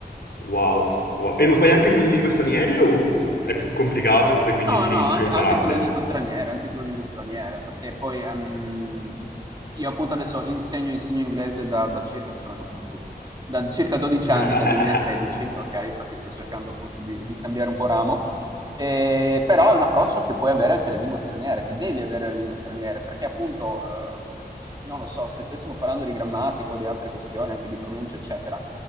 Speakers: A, on the left; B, on the right.
A: wow, wow. E
B: Sì,
A: lo fai
B: alla
A: anche
B: fine.
A: con le lingue straniere o è più complicato e quindi
B: No,
A: ti
B: no,
A: limiti
B: anche
A: più a impararle?
B: anche con le lingue straniere, anche con le lingue straniere, perché poi, ehm, io appunto adesso insegno insegno inglese da da circa sono anche un po' stufo, da circa 12 anni,
A: <laughs>
B: dal 2013, okay, infatti sto cercando appunto di di cambiare un po' ramo, ehm, però è un approccio che puoi avere anche alle lingue straniere, che devi avere alle lingue straniere, perché appunto, ehm, non lo so, se stessimo parlando di grammatica o di altre questioni, anche di pronuncia eccetera,